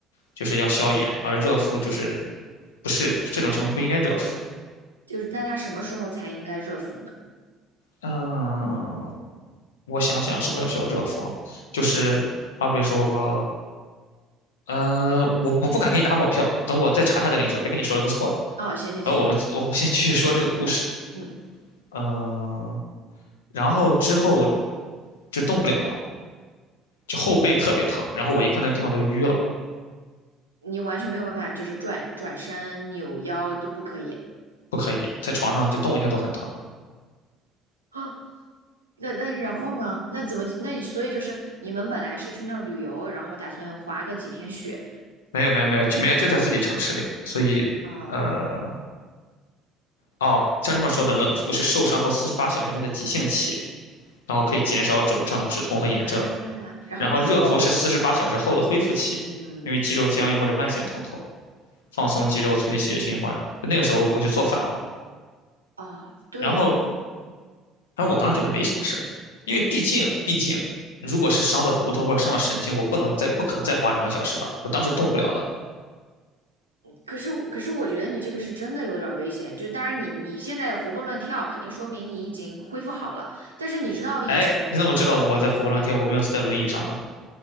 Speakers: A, on the left; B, on the right.
A: 就是要消炎，而热敷就是不是这种情况不应该热敷。
B: 就是那他什么时候才应该热敷呢？
A: 嗯，我想想什么需要热敷啊？就是好比说，嗯，我我不敢给你打保票，等我再查查再跟你说，别跟你说了个错的。
B: 哦，行行行，
A: 然后我们我们先继续说这个故事，
B: 嗯，
A: 嗯。然后之后我就动不了了，就后背特别疼。然后我一看那地方都淤了，
B: 你完全没有办法，就是转转身、扭腰都不可以
A: 不可以在床上就动一下都很疼。
B: 啊。那那然后呢？那怎么？那你所以就是你们本来是去那儿旅游，然后打算滑个几天雪
A: 没有没有没有就没有就在自己城市里，所以呃
B: 啊，
A: 哦，像上面说的，冷敷是受伤后四十八小时内的急性期，然后可以减少肿胀、止痛和炎症。
B: 啊，然后之后，
A: 然后热敷是四十八小时后的恢复期，
B: 嗯，
A: 因为肌肉僵硬或者慢性疼痛，放松肌肉，促进血液循环。就那个时候我就做反了。
B: 啊，对，
A: 然后哎，我当时觉得没什么事儿，因为毕竟毕竟，如果是伤到骨头或者伤到神经，我不能再不可能再花两个小时的，我当时动不了的。
B: 可是可是我觉得你这个是真的有点儿危险，就是当然你你现在活蹦乱跳，肯定说明你已经恢复好了，但是你知道以前
A: 哎，你怎么知道我在活蹦乱跳，我没有坐在轮椅上呢？